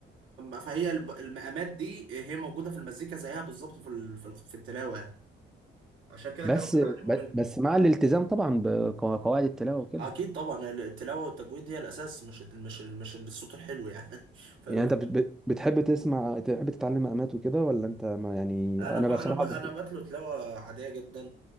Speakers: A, on the right (about 80°); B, in the centre.
A: فهي الب- المقامات دي هي موجوده في المزيكا زيها بالظبط في ال... في ال- في التلاوه يعني عشان كده
B: بس
A: كانوا بيتعلموا
B: ب-
A: منهم
B: بس مع الالتزام طبعا بقواعد التلاوه وكده
A: اكيد طبعا التلاوه والتجويد هي الاساس مش ال... مش ال... مش الصوت الحلو يعني <laughs> فاهم
B: يعني
A: الفكره
B: انت بت- بت- بتحب تسمع تحب تتعلم مقامات وكده ولا انت ما يعني
A: انا
B: انا
A: ك... انا
B: بقى بصراحه
A: ب... انا
B: ب-
A: بتلو تلاوه عاديه جدا